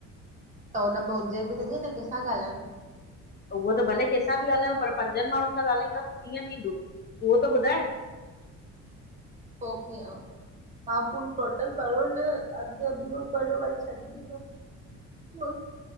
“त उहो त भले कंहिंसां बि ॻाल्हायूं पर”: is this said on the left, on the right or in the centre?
Left